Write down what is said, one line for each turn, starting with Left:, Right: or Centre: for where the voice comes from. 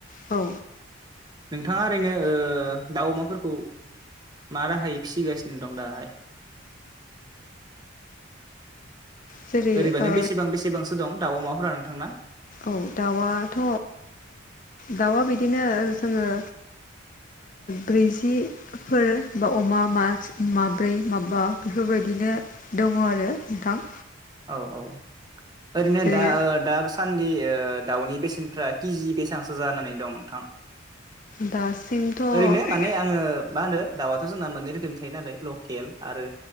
Left: औ
Right: नोंथाङा ओरैनो दाउ अमाफोरखौ मा राहायै फिसिगासिनो दं दाहाय
Left: जेरै
Right: ओरैबानो
Left: ओ
Right: बेसेबां बेसेबांसो दं दाउ अमाफोरा नोंथांना
Left: औ दाउआथ' दाउआ बिदिनो जोङो ब्रैजि फोर बा अमा मा माब्रै माबा बेफोरबायदिनो दङ आरो नोंथां
Right: औ औ ओरैनो
Left: जेरै
Right: दा दा सान्दि दाउनि बेसेनफ्रा किजि बेसेबांसो जानानै दं नोंथां
Left: दासिमथ' औ
Right: ओरैनो माने आं जोङो मा होनो दाउआथ' जोंना मोननै रोखोमनि थायो नालाय लकेल आरो